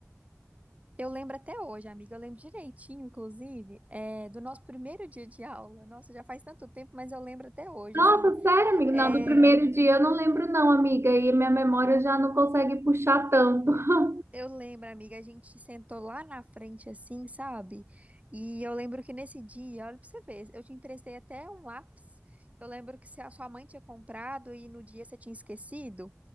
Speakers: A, on the right; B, on the right.
A: Eu lembro até hoje, amiga, eu lembro direitinho, inclusive, é, do nosso primeiro dia de aula. Nossa, já faz tanto tempo, mas eu lembro até hoje,
B: Nossa,
A: assim.
B: sério, amigo?
A: É,
B: Não, do primeiro dia eu não lembro, não, amiga. E minha memória já não consegue puxar tanto. <laughs>
A: eu lembro, amiga, a gente sentou lá na frente, assim, sabe? E eu lembro que nesse dia, olha pra você ver, eu te emprestei até um lápis. que Eu lembro que se a sua mãe tinha comprado e no dia você tinha esquecido.